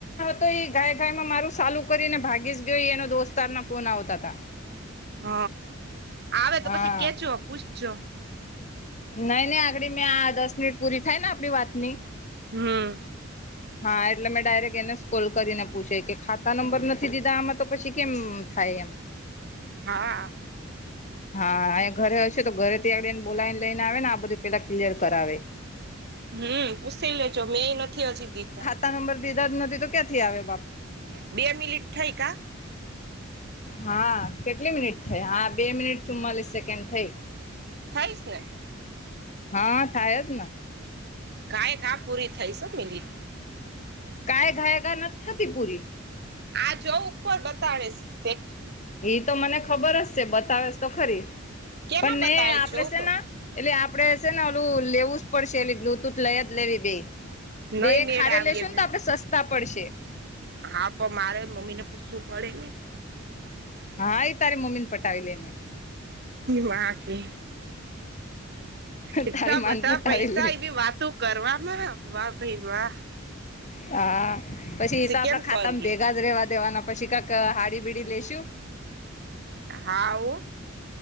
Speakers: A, on the left; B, on the right.
A: તો એ ઘાય ઘાય માં મારું સાલું કરીને ભાગી જ ગયો એ દોસ્તાર ના ફોન આવતા હતા
B: હ આવે
A: હા
B: તો પછી કેજો પૂછજો
A: નઈ નઈ આગડી મેં આ દસ મિનિટ પૂરી થાય ને આપડી વાત ની
B: હમ્મ
A: હા એટલે મેં ડાયરેક્ટ એને કોલ કરીને પૂછે કે ખાતા નંબર નથી દીધા આમાં તો પછી કેમ થાય એમ
B: હા
A: હા ઘરે હશે તો ઘરે ત્યાં એને બોલાવીને લઈ ને આવે ને આ બધું પેલા ક્લિયર કરાવે
B: હમ્મ પુછી લેજો મેં એ નથી હજી નથી દીધા
A: તારા નંબર દીધા જ નથી તો ક્યાંથી આવે બાપ
B: બે મિનિટ થઈ કા
A: હા કેટલી મિનિટ થઈ હા બે મિનિટ ચુમ્માલીસ સેકન્ડ થઈ
B: થઈશ ને
A: હા થાય જ ને
B: કયા ઘા પૂરી થઈ છે મી
A: કઈ ઘાય ગા નથી થતી પુરી
B: આ જોઉ ઉપર બતાડે સે
A: એ તો મને ખબર જ છે બતાવેસ તો ખરી
B: કેમાં
A: પણ ને
B: બતાવે
A: આપડે
B: જોવ
A: છે
B: તો
A: ને એટલે આપડે છે ને ઓલું લેવું જ પડશે એલી બ્લુટૂથ લઈ જ લેવી બેઈ બે
B: નઈ
A: એક
B: મેળ
A: હારે
B: આવીએ
A: લેશું ને તો આપડે સસ્તા પડશે
B: હા પણ મારે મમ્મી ને પૂછવું પડે
A: હા એ તારી મમ્મ ને પટાવી લે મે
B: માં હ કે. એટલા
A: તારી માન
B: બધા
A: પટાવી
B: પૈસા
A: લે
B: એબી વાતો કરવામાં વાહ ભાઈ વા
A: હા પછી એ તો આપડા
B: કેમ
A: ખાતામાં
B: કરીએ
A: ભેગા જ રેવા દેવાના પછી કંઈક હાડી-બીડી લઈેશુ
B: હા ઓ